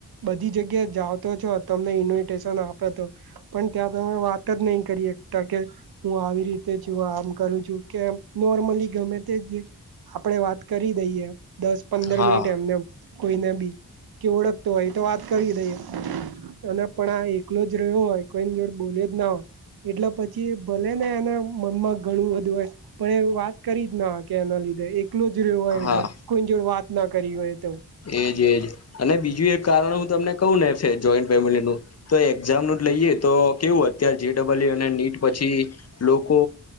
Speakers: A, on the right; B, on the left.
A: બધી જગ્યા. જાઓતો છો તમને ઇન્વિટેશન આપે તો પણ ત્યાં તમે વાત જ નહી કરી શતા કે હું આવી રીતે છું, આમ કરું છું, કેમ નોર્મલી ગમે તે આપડે વાત કરી દઈએ દસ પંદર
B: હા
A: મિનિટ એમને કોઈને બી કે ઓળખતો હોય તો વાત કરી દઈએ. અને પણ આ એકલો જ રહ્યો હોય કોઈની જોડે બોલે જ ના હોય. એટલે પછી ભલે ને એના મનમાં ઘણું બધું હોય પણ એ વાત કરી જ ના કે એના લીધે. એકલો જ રહ્યો હોય
B: હા
A: એટલે કોઈ જોડ વાત ના કરી હોય. તો
B: એજ એજ અને બીજું એક કારણો હું તમને કું ને જોઈન્ટ ફેમિલી તો એક્ઝામ ન જ લઈએ તો કેવું અત્યારે જબલપુર. ડબલીયુ અને નીટ પછી લોકો